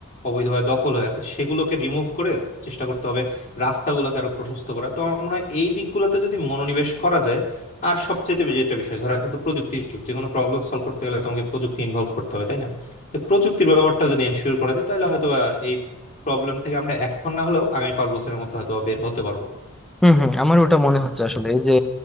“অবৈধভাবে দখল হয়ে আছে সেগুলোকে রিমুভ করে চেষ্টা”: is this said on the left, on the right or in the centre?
Left